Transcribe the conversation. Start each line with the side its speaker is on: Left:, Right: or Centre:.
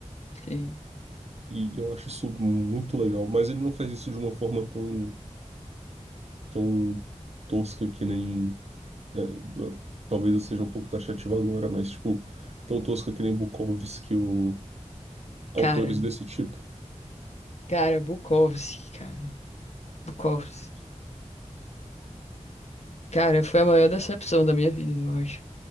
Left: Sim.
Right: E eu acho isso muito legal, mas ele não faz isso de uma forma tão, tão tosca que nem. é, eu- talvez eu seja um pouco taxativo agora, mas, tipo, tão tosca que nem Bukowski ou autores
Left: Cara,
Right: desse tipo.
Left: cara, Bukowski, cara. Bukowski. Cara, foi a maior decepção da minha vida, eu acho.